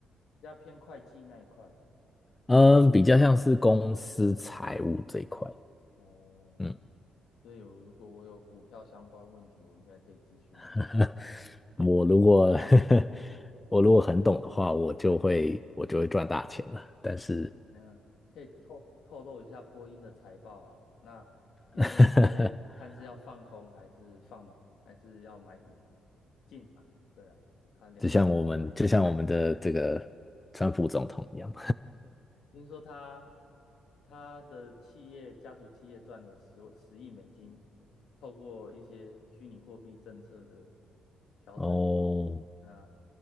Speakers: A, on the left; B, on the left.
A: 比较偏会计那一块。
B: 嗯，比较像是公司财务这一块。
A: 哦，
B: 嗯。
A: 所以我如果我有股票相关问题，我应该可以咨询你。
B: <laughs> 我如果 <laughs> 我如果很懂的话，我就会我就会赚大钱了。但是
A: 没有，可以透透露一下波音的财报啊？那其实我可以看是要放空还是放，
B: <laughs>
A: 还是要买股进场。对啊，它两面可以。
B: 就像我们就像我们的这个川普总统一样，
A: 听说他他的企业家族企业赚了十十亿美金，透过一些虚拟货币政策的
B: <laughs>
A: 调整，
B: 哦，
A: 啊，